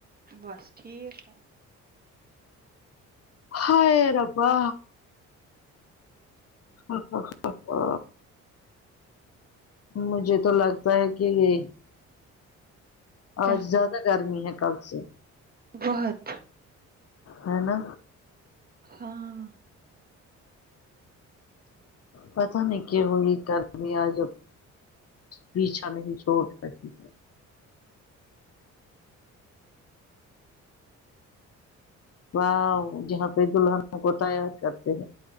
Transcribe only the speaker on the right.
بس ٹھیک ہے
کیا
بہت
ہاں